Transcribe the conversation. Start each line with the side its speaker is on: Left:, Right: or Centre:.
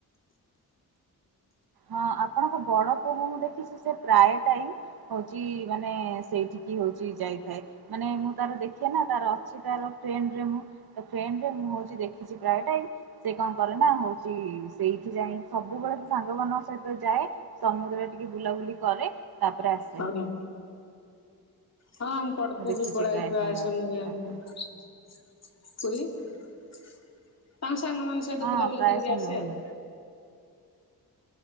Right: ହଁ ଆପଣଙ୍କ ବଡ ପୁଅ ମୁଁ ଦେଖିଛି ସେ ପ୍ରାୟ ଟାଇମ ହଉଛି ମାନେ ସେଇଠ କିି ହଉଛି ଯାଇଥାଏ ମାନେ ମୁଁ ତାର ଦେଖ ନା ତାର ଅଛି ତାର ଫ୍ରେଣ୍ଡରେ ମୁଁ ଫ୍ରେଣ୍ଡରେ ମୁଁ ହଉଛି ଦେଖିଛି ପ୍ରାୟ ଟାଇ ସେ କଣ କରେ ନା ହଉଛି ସେଇଠି ଯାଇ ସବୁବେଳେ ସାଙ୍ଗ ମାନ ସହିତ ଯାଏ ସମୁଦ୍ର ଟିକେ ବୁଲାବୁଲି କରେ ତାପରେ ଆସେ।
Left: ହଁ ହଁ ଆମ ପପୁ
Right: ମୁଁ ଦେଖିଛି
Left: ବି ପଳେଇଥିବା
Right: ପ୍ରାୟ ସମୟ
Left: ଆ
Right: ତାକୁ।
Left: କୁରୀ ପାଞ୍ଚ ସାଙ୍ଗ ମାନଙ୍କ ସହିତ
Right: ହଁ
Left: ବୁଲାବୁଲି
Right: ପ୍ରାୟ
Left: କରିକି
Right: ସମୟ
Left: ଆସେ
Right: ହିଁ
Left: ଆଉ।